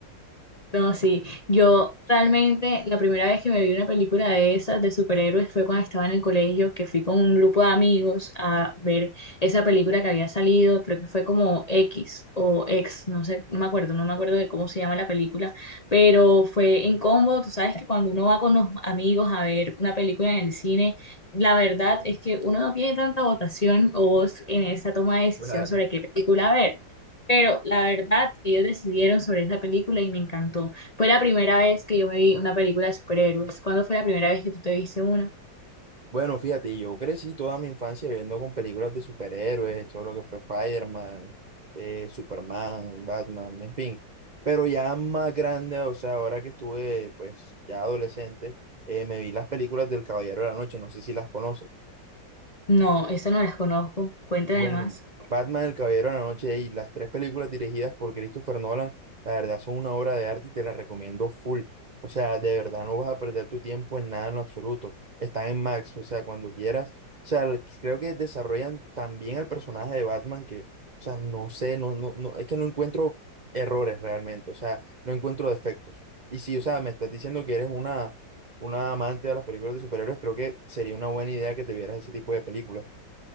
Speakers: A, on the left; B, on the right.
A: No, sí, yo realmente la primera vez que me vi una película de esas de superhéroes fue cuando estaba en el colegio, que fui con un grupo de amigos a ver esa película que había salido, creo que fue como X o X, no sé, no me acuerdo, no me acuerdo de cómo se llama la película, pero fue en combo, tú sabes que cuando uno va con los amigos a ver una película en el cine, la verdad es que uno no tiene tanta votación o voz en esa toma de decisión
B: Claro.
A: sobre qué película ver. Pero la verdad, ellos decidieron sobre esa película y me encantó. Fue la primera vez que yo me vi una película de superhéroes. ¿Cuándo fue la primera vez que tú te viste una?
B: Bueno, fíjate, yo crecí toda mi infancia viendo con películas de superhéroes, todo lo que fue Spider-Man, eh, Superman, Batman, en fin. Pero ya más grande, o sea, ahora que estuve, pues, ya adolescente, eh, me vi las películas del Caballero de la Noche, no sé si las conoces.
A: No, esa no las conozco. Cuéntame
B: Bueno,
A: más.
B: Batman, El Caballero de la Noche y las tres películas dirigidas por Christopher Nolan, la verdad son una obra de arte y te la recomiendo full. O sea, de verdad no vas a perder tu tiempo en nada en lo absoluto. Están en Max, o sea, cuando quieras. O sea, el- creo que desarrollan tan bien el personaje de Batman que, o sea, no sé, no, no, no, es que no encuentro errores realmente, o sea, no encuentro defectos. Y si, o sea, me estás diciendo que eres una, una amante de las películas de superhéroes, creo que sería una buena idea que te vieras ese tipo de películas.